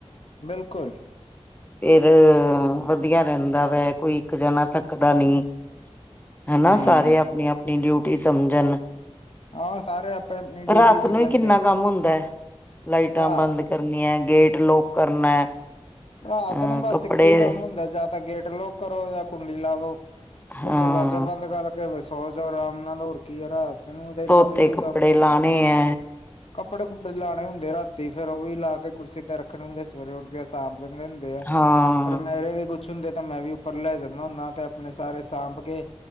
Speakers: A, on the left; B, on the left.
A: ਬਿਲਕੁਲ
B: ਫਿਰ ਵਧੀਆ ਰਹਿੰਦਾ ਵੈ ਕੋਈ ਇੱਕ ਜਾਣਾ ਤੱਕਦਾ ਨਹੀਂ ਹੈਨਾ
A: ਹਮ
B: ਸਾਰੇ ਆਪਣੀ ਆਪਣੀ ਡਿਊਟੀ ਸਮਝਣ
A: ਹਾਂ ਸਾਰੇ ਆਪਣੀ ਆਪਣੀ ਡਿਊਟੀ
B: ਰਾਤ
A: ਸਮਝਦੇ
B: ਨੂੰ ਕਿੰਨਾ ਕੰਮ ਹੁੰਦਾ ਹੈ ਲਾਈਟਾਂ
A: ਰਾਤ
B: ਬੰਦ ਕਰਨੀਆਂ, ਗੇਟ ਲੋਕ ਕਰਨਾ
A: ਰਾਤ
B: ਅਹ
A: ਨੂੰ ਬਸ
B: ਕੱਪੜੇ
A: ਇੱਕੋ ਹੀ ਕੰਮ ਹੁੰਦਾ ਜਾਂ ਤਾਂ ਗੇਟਲੋਕ ਕਰੋ ਜਾਂ ਕੁੰਡੀ ਲਾ ਦੋ
B: ਹਾਂ
A: ਫਿਰ ਦਰਵਾਜ਼ਾ ਬੰਦ ਕਰਕੇ ਸੋ ਜਾਓ ਆਰਾਮ ਨਾਲ ਹੋਰ ਕੀ ਹੈ ਰਾਤ ਤੈਨੂੰ ਤੇ ਇੰਨਾ
B: ਧੋਤੇ
A: ਵੀ ਕੋਈ
B: ਕੱਪੜੇ
A: ਕੰਮ ਨੀ
B: ਲਾਣੇ
A: ਹੁੰਦਾ
B: ਹੈ
A: ਕੱਪੜੇ ਕੁੱਪੜੇ ਲਾਣੇ ਹੁੰਦੇ ਰਾਤੀ ਫਿਰ ਉਹ ਵੀ ਲਾ ਕੇ ਕੁਰਸੀ ਤੇ ਰੱਖਣੇ ਹੁੰਦੇ ਸਵੇਰੇ ਉੱਠਦਿਆ ਸਾਂਭ ਦਿੰਦੇ
B: ਹਾਂ
A: ਫਿਰ ਮੇਰੇ ਵੀ ਕੁਛ ਹੁੰਦੇ ਤੇ ਮੈਂ ਵੀ ਉੱਪਰ ਲੈ ਜਾਂਦਾ ਹੁੰਦਾ ਤੇ ਆਪਣੇ ਸਾਰੇ ਸਾਂਭ ਕੇ